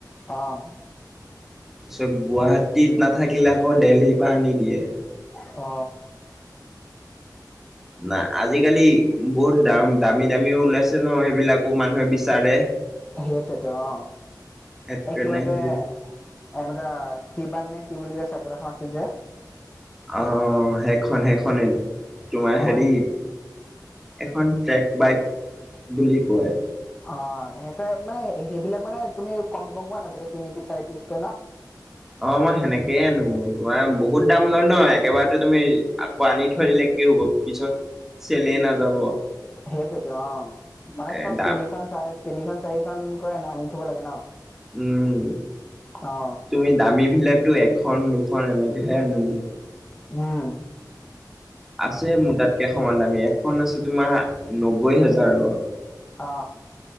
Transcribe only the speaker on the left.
অ,
অ,
সেইটোতো অ,
এই কিবা যে,
এনেকুৱা কি বান নে কি। কি, বুলি যে চাইকেল এখন আছে যে।
সেই
অ, <unintelligible> মানে সেইবিলাক মানে তুমি কম কমকৈ আনা চাগৈ তিনি পিচ চাৰি পিচকৈ ন।
সেইটোতো অ, মানে
চব
তিনিখন চ তিনিখন চাৰিখনকৈ আনি থব লাগে ন
অ
হম',
অ,